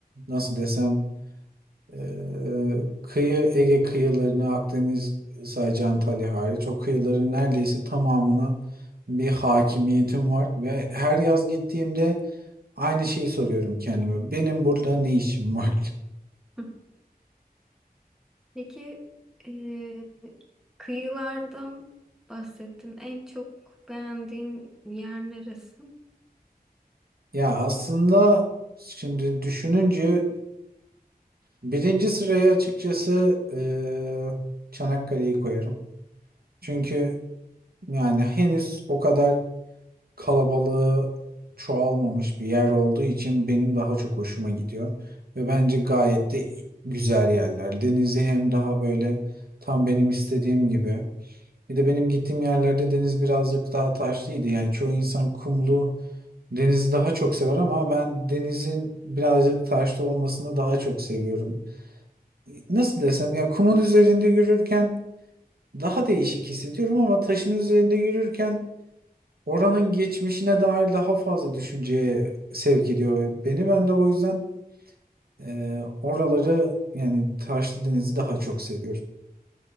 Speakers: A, on the right; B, in the centre.
A: nasıl desem e, kıyı Ege kıyılarını Akdeniz sadece Antalya hariç o kıyıların neredeyse tamamına bir hakimiyetim var ve her yaz gittiğimde aynı şeyi soruyorum kendime. Benim burada ne işim var? <laughs>
B: Hı. Peki eee, kıyılardan bahsettin. En çok beğendiğin yer neresi?
A: Ya aslında şimdi düşününce Birinci sıraya açıkçası eee, Çanakkale'yi koyarım. Çünkü yani henüz o kadar kalabalığı çoğalmamış bir yer olduğu için benim daha çok hoşuma gidiyor. Ve bence gayet de güzel yerler. Denizi hem daha böyle tam benim istediğim gibi. Bir de benim gittiğim yerlerde deniz birazcık daha taşlıydı. Yani çoğu insan kumlu denizi daha çok sever ama ben denizin birazcık taşlı olmasını daha çok seviyorum nasıl desem ya kumun üzerinde yürürken daha değişik hissediyorum ama taşın üzerinde yürürken oranın geçmişine dair daha fazla düşünceye sevk ediyor ve beni ben de o yüzden e, oraları yani Taşlı Deniz'i daha çok seviyorum.